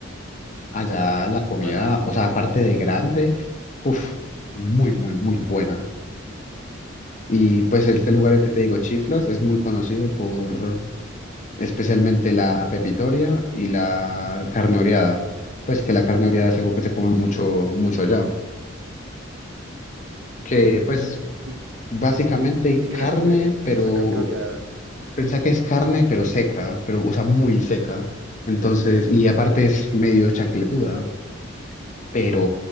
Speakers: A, on the left; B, on the right.
A: allá la comida,
B: dale, dale.
A: o sea, aparte de grande, uf, muy, muy, muy buena. Y pues este lugar, el que te digo, Chiflas, es muy conocido por especialmente la pepitoria y la carne oreada. Pues que la carne oreada es algo que se come mucho, mucho allá. Que pues es
B: ¿Y,
A: básicamente
B: y qué
A: carne,
B: es eso? ¿Qué, qué
A: pero
B: es esa carne oreada?
A: pensá que es carne, pero seca, pero o sea, muy seca. Entonces, y aparte es medio chancletuda. pero,